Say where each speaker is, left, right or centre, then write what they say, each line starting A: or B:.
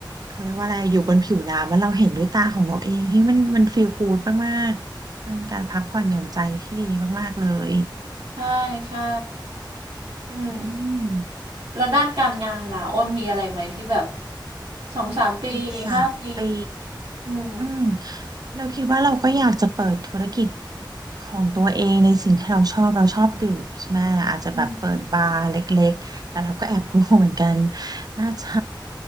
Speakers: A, on the right; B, on the right.
A: เขาเรียกว่าอะไรอยู่บนผิวน้ำแล้วเราเห็นด้วยตาของเราเองเฮ้ยมันมันฟีลกู๊ดมากๆมันเป็นการพักผ่อนหย่อนใจที่ดีมากๆเลย
B: ใช่ใช่อืม
A: อืม
B: แล้วด้านการงานล่ะอ้นมีอะไรไหมที่แบบสองสามปีห้าปี
A: อีกสามปี
B: อืม
A: อืม เราคิดว่าเราก็อยากจะเปิดธุรกิจของตัวเองในสิ่งที่เราชอบเราชอบดื่มใช่ไหมอาจจะแบบเปิดบาร์เล็กๆแต่เราก็แอบกลัวเหมือนกัน
B: อืม
A: น่าจะ